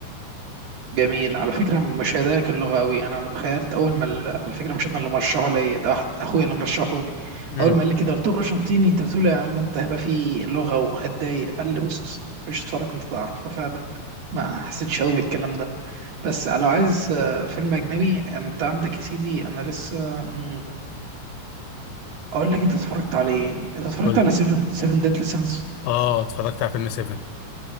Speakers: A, on the right; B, on the left.
A: جميل على فكره مش هدايا اللغه قوي انا انا تخيلت اول ما ال- على فكره مش انا اللي مرشحه لي ده أحد اخويا اللي مرشحه لي
B: مم.
A: اول ما قال لي كده قلت له ارجنتيني انت بتقول إيه يا عم انت هيبقى في لغه وهتضايق قال لي بص بص، خش اتفرج انت تعرف وفعلا ما حسيتش قوي بالكلام ده بس لو عايز آه، فيلم أجنبي أنت عندك يا سيدي أنا لسه مم، أقول لك أنت اتفرجت على إيه أنت اتفرجت
B: قول
A: على سيفن سيفن ديدلي سينس
B: اه اتفرجت على فيلم 7